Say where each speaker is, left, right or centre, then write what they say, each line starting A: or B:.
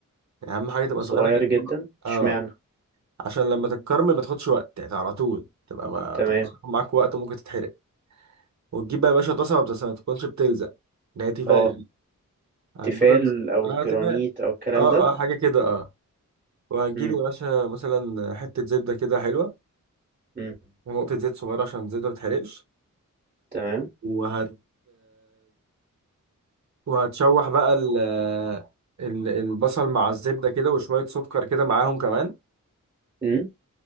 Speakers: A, on the right; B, on the right.
A: يعني اهم حاجه تبقى
B: صغير
A: صغيره جدا
B: جدا اشمعنى
A: اه عشان لما تتكرمل ما تاخدش وقت يعني على طول تبقى ما
B: تمام
A: تاخد معاك وقت وممكن تتحرق وتجيب بقى يا باشا طاسه ما بتس- ما تكونش بتلزق اللي هي تيفال
B: اه
A: هتجيب
B: تيفال او
A: اه
B: جرانيت
A: تيفال
B: او الكلام
A: اه
B: ده
A: اه حاجه كده اه وهتجيب
B: امم
A: يا باشا مثلا حته زبده كده حلوه
B: امم
A: ونقطه زيت صغيره عشان الزيت ما تتحرقش
B: تمام
A: وهت وهتشوح بقى ال ال- البصل مع الزبده كده وشويه سكر كده معاهم كمان
B: امم